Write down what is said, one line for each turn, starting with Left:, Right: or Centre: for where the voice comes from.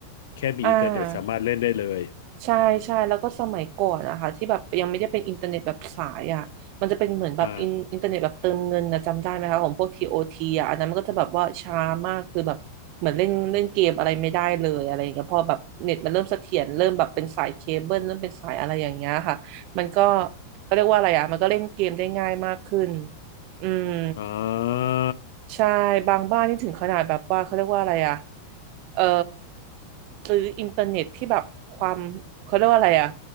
Left: แค่มีอินเทอร์เน็ตสามารถเล่นได้เลย
Right: อ่า ใช่ใช่แล้วก็สมัยก่อนนะคะที่แบบยังไม่ได้เป็นอินเทอร์เน็ตแบบสายอ่ะมันจะเป็นเหมือนแบบอินอินเทอร์เน็ตแบบเติมเงินนะจำได้ไหมคะของพวก
Left: อ่า
Right: TOT อทีอ่ะอันนั้นมันก็จะแบบว่าช้ามากคือแบบเหมือนเล่นเล่นเกมอะไรไม่ได้เลยอะไรอย่างเงี้ยพอแบบเน็ตมันเริ่มเสถียรเริ่มแบบเป็นสายเคเบิลเริ่มเป็นสายอะไรอย่างเงี้ยค่ะมันก็เขาเรียกว่าอะไรอ่ะมันก็เล่นเกมได้ง่ายมากขึ้นอืม
Left: อ่า
Right: ใช่บางบ้านนี่ถึงขนาดแบบว่าเขาเรียกว่าอะไรอ่ะเออ ซื้ออินเทอร์เน็ตที่แบบความเขาเรียกว่าอะไรอะ